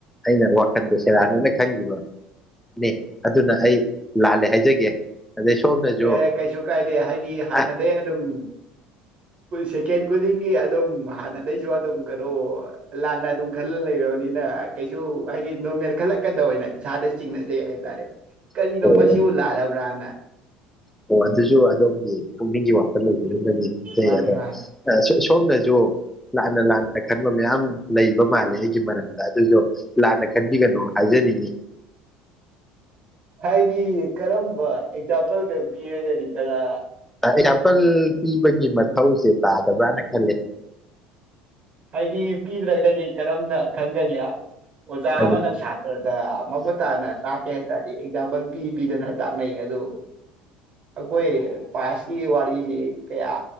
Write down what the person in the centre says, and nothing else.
ꯑꯩꯅ ꯋꯥꯈꯜꯗ ꯁꯦꯔꯥꯟꯅꯅ ꯈꯪꯈꯤꯕꯅꯦ ꯑꯗꯨꯅ ꯑꯩ ꯂꯥꯜꯂꯦ ꯍꯥꯏꯖꯒꯦ ꯑꯗꯩ ꯁꯣꯝꯅꯁꯨ
ꯑ
ꯑꯣ
ꯑꯣ ꯑꯗꯨꯁꯨ ꯑꯗꯣꯝꯒꯤ ꯄꯨꯛꯅꯤꯡꯒꯤ ꯋꯥ <unintelligible>
ꯁꯣꯝꯅꯁꯨ ꯂꯥꯟꯅ ꯂꯥꯟꯅ ꯈꯟꯕ ꯃꯌꯥꯝ ꯂꯩꯕ ꯃꯥꯜꯂꯦ ꯑꯩ ꯃꯔꯝꯗ ꯑꯗꯨꯁꯨꯣ ꯂꯥꯟꯅ ꯈꯟꯕꯤꯒꯅꯣ ꯍꯥꯏꯖꯔꯤꯅꯤ
ꯑꯦꯛꯖꯥꯝꯄꯜ ꯄꯤꯕꯒꯤ ꯃꯊꯧꯁꯦ ꯇ ꯇꯗꯕ꯭ꯔꯅ ꯈꯜꯂꯦ
ꯑꯗꯨ